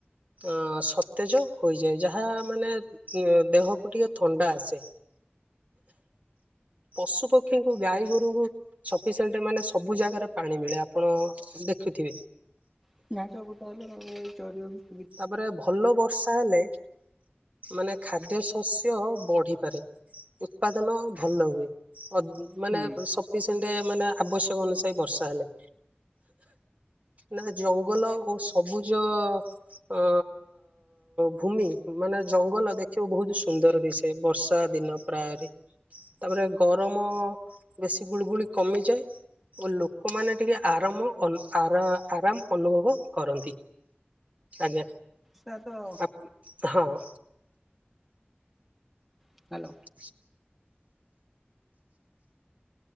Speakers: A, on the right; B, in the centre.
A: ଅ ସତେଜ ହୋଇଯାଏ ଯାହା ମାନେ ଦେହକୁ ଟିକେ ଥଣ୍ଡା ଆସେ। ପଶୁ ପକ୍ଷୀଙ୍କୁ ଗାଈ ଗୋରୁଙ୍କୁ ସଫିସିଏଣ୍ଟ ମାନେ ସବୁ ଜାଗାରେ ପାଣି ମିଳେ ଆପଣ ଦେଖୁଥିବେ?
B: <inaudible> ତାହେଲେ ଚଢଳିବ।
A: ତାପରେ ଭଲ ବର୍ଷ ତାହେଲେ ମାନେ ଖାଦ୍ୟ ଶସ୍ୟ ବଢିପାରେ। ଉତ୍ପାଦନ ଭଲ ହୁଏ ଅ ମାନେ
B: ହୁଁ
A: ସ ସେ ମାନେ ଆବଶ୍ୟକ ଅନୁସାୟୀ ବର୍ଷା ହେଲେ। ନା ଜଙ୍ଗଲ ଓ ସବୁଜ ଅ ଭୂମି ମାନେ ଜଙ୍ଗଲ ଦେଖିବ ବହୁତ ସୁନ୍ଦର ଦିସେ ବର୍ଷ ବର୍ଷା ଦିନ ପ୍ରାୟରେ ତାପରେ ଗରମ ବେଶୀ ଗୁଳିୁଗୁଳି କମିଯାଏ। ଓ ଲୋକମାନେ ଟିକେ ଆରାମ ଆର ଆରାମ ଅନୁଭବ କରନ୍ତି। ଆଜ୍ଞା।
B: ତା ତ
A: ଆ ହଁ।
B: ହ୍ୟାଲୋ।
A: <inaudible>